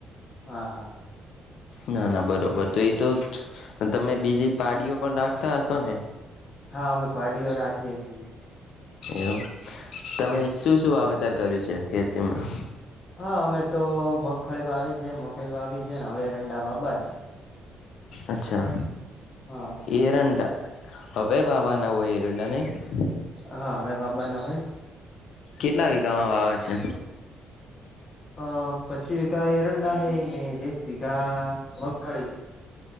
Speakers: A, on the left (about 30°); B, on the left (about 75°).
A: હા હા.
B: ના ના બર. બરોબર તો એ તો તમે બીજી પાડીઓ પણ રાખતા હશો ને.
A: હા અમે પાડીઓ રાખીએ છીએ
B: એમ તમે
A: હા.
B: શું શું વાવેતર કર્યું છે ખેતીમાં
A: હા અમે. તો મગફળી વાવી છે મકળ વાવી છે ને હવે એરંડા વાવવા છે
B: અચ્છા
A: હા
B: એરંડા હવે વાવાના
A: હ
B: એરંડા નહી
A: હા હવે વાવવાના હોય
B: કેટલા વિગામાં વાવે છે
A: અ પચી વિગા એરંડા હ ને વીસ વિગા મગફડી